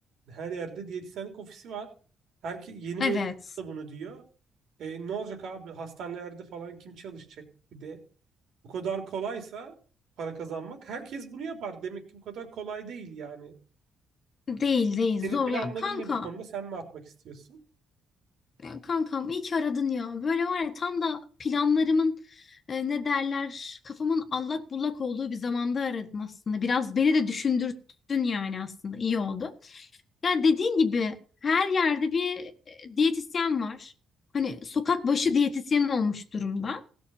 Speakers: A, on the right; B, on the left.
A: her yerde diyetisyenlik ofisi var. Herke yeni
B: Evet.
A: mezun da bunu diyor. E, ne olacak abi? Hastanelerde falan kim çalışacak? Bir de bu kadar kolaysa para kazanmak herkes bunu yapar. Demek ki bu kadar kolay değil yani.
B: Değil değil
A: Senin
B: zor
A: planların
B: ya. Kanka
A: ne bu konuda? Sen ne yapmak istiyorsun?
B: Ya kankam iyi ki aradın ya. Böyle var ya tam da planlarımın e, ne derler kafamın allak bullak olduğu bir zamanda aradın aslında. Biraz beni de düşündürttün yani aslında iyi oldu. Ya dediğin gibi her yerde bir e, diyetisyen var. Hani sokak başı diyetisyen olmuş durumda.